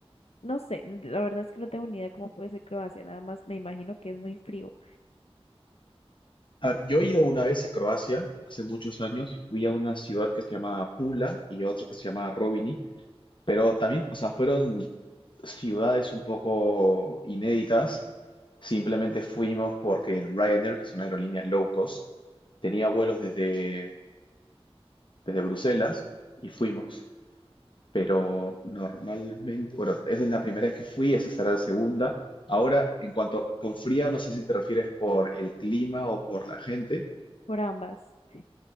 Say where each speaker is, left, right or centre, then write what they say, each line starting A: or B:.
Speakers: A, on the left (about 75°); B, on the left (about 50°).
A: no sé, la verdad es que no tengo ni idea cómo puede ser Croacia, nada más me imagino que es muy frío
B: A ver, yo he ido una vez a Croacia, hace muchos años, fui a una ciudad que se llama Pula y otra que se llama Robini, pero también, o sea, fueron ciudades un poco inéditas. Simplemente fuimos porque el Ryanair, que es una aerolínea low cost, tenía vuelos desde, desde Bruselas y fuimos. pero normalmente, bueno, esa es la primera vez que fui, esa será la segunda. Ahora, en cuanto con frío, no sé si te refieres por el clima o por la gente.
A: por ambas. <laughs>